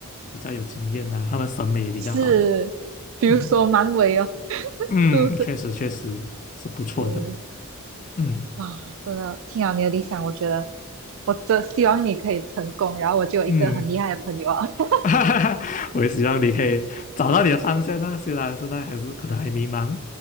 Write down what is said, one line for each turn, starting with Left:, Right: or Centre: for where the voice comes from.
Left: 比较有经验呐、他们审美也比较好，
Right: 是，比如说蛮伟哦，
Left: 嗯嗯，
Right: 是不是？
Left: 确实确实是不错的，
Right: 对，
Left: 嗯
Right: 哇，真的听了你的理想，我觉得我真希望你可以成功，然后我就有一个很厉害的朋友啊。
Left: 嗯。
Right: <laughs>
Left: <laughs> 哈哈哈，我也希望你可以找到你的方向啊，虽然现在还是可能还迷茫，